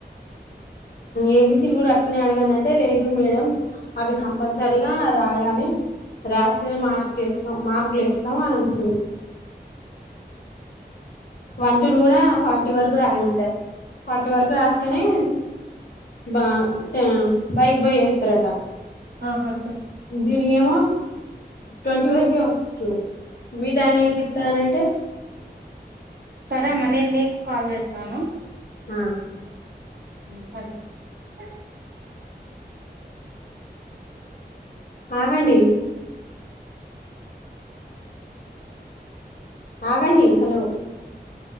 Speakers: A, on the left; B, on the right.
A: ఏబిసిడిలు గూడా అట్లనే అడగాన తే లేదు మేడం అవి కంపల్సరిగా రాయాలి రాస్తేనే మార్క్ మార్కులు యేస్తాం అని అంటుంది వన్ టూల్ గూడా ఫార్టీ వరకు రాయాల్నంట పార్టీ ఎ వరకు రాస్తేనే బా టా బైక్ బొయ్ ఎకుతరటా
B: ఆహా
A: దీని ఏమో ట్వంటీ వర్ వస్తు మీ దాన్ని ఇనిపితానంటే
B: సరే అమ్మ నేను నీకు కాల్ చేస్తాను
A: ఆ
B: సరే
A: ఆగండి ఆగండి హలో